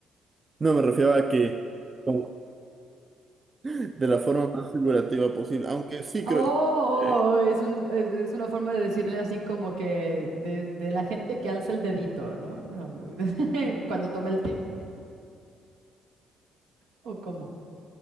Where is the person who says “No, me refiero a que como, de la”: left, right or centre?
Right